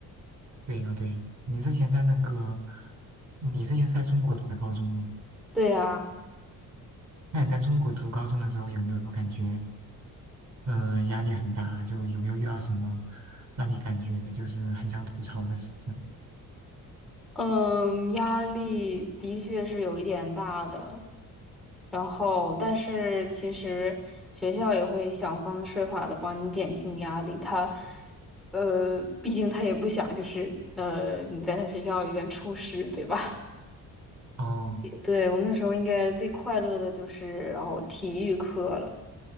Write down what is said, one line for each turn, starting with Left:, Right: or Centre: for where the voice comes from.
Right: 对呀对呀。你之前在那个，你之前是在中国读的高中吗？
Centre: 对啊，
Right: 那你在中国读高中的时候有没有感觉，嗯、压力很大？就有没有遇到什么让你感觉就是很想吐槽的事？
Centre: 嗯，压力的确是有一点大的，然后，但是其实学校也会想方设法的帮你减轻压力。他，呃，毕竟他也不想就是呃你在他学校里边出事，对吧？
Right: 哦，
Centre: 对，我们那时候应该最快乐的就是然后体育课了。